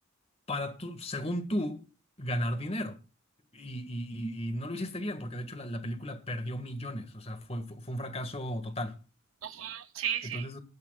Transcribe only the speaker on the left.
para tú, según tú, ganar dinero? Y, y- y- y no lo hiciste bien, porque de hecho la, la película perdió millones, o sea, fue, fue fue un fracaso total.
Entonces,